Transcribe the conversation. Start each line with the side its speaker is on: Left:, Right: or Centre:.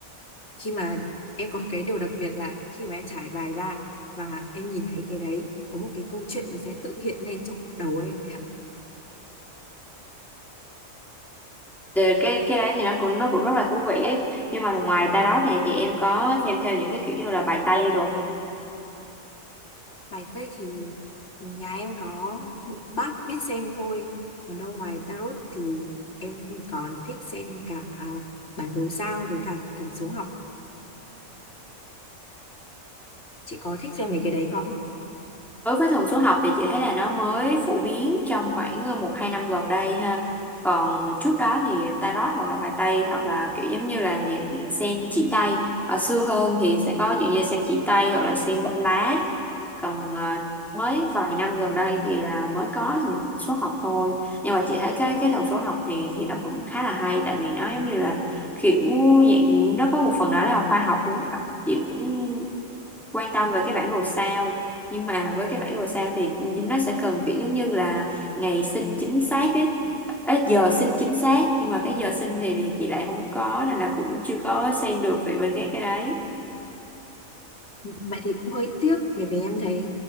Left: khi mà em có cái điều đặc biệt là khi mà em trải bài ra và em nhìn thấy cái đấy có một cái câu chuyện nó sẽ tự hiện lên trong đầu em <laughs>
Centre: Từ cái cái đấy thì nó cũng nó cũng rất là thú vị ấy. Nhưng mà ngoài ta đó nè thì em có xem theo những cái kiểu như là bài Tây đồ không?
Left: Bài Tây thì nhà em có một bác biết xem thôi. Còn đâu ngoài tarot thì em còn thích xem cả bản đồ sao với cả thần số học. Chị có thích xem mấy cái đấy không?
Centre: đối với thần số học thì chị thấy là nó mới phổ biến trong khoảng ờ, một hai năm gần đây ha còn trước đó thì tarot hoặc là bài tây hoặc là kiểu giống như là dạng xem chỉ tay ở xưa hơn thì sẽ có dạng như xem chỉ tay hoặc là xem bóng lá còn ờ, mới vài năm gần đây thì là mới có thần số học thôi nhưng mà chị thấy cái cái thần số học thì thì nó cũng khá là hay tại vì nó giống như là kiểu dạng nó có một phần đó là khoa học luôn á chị cũng quan tâm về cái bản đồ sao nhưng mà với cái bản đồ sao thì nó sẽ cần kiểu giống như là ngày sinh chính xác ấy Ê, giờ sinh chính xác nhưng mà cái giờ sinh thì, thì chị lại không có nên là cũng chưa có xem được về bên cái cái đấy
Left: Vậy thì cũng hơi tiếc bởi vì em thấy